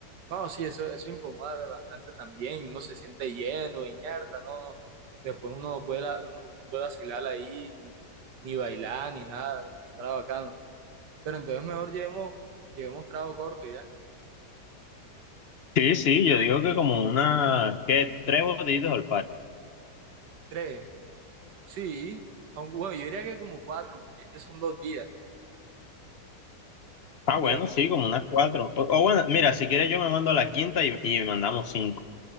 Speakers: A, on the right; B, on the left.
A: No, sí, eso, eso incomoda bastante también, y uno se siente lleno, inerta, no, no, después uno no puede, la- no, no puede vacilar ahí, ni, ni bailar, ni nada, estará bacano. Pero entonces mejor llevemos, llevemos trago corto ya.
B: Sí, sí, yo digo que como una, que tres botellitos al par.
A: Tres, sí, aunque, bueno, yo diría que como cuatro, porque es que son dos días,
B: Ah,
A: digamos,
B: bueno, sí, como unas cuatro. O, o bueno, mira, si quieres yo me mando a la quinta y, y mandamos cinco.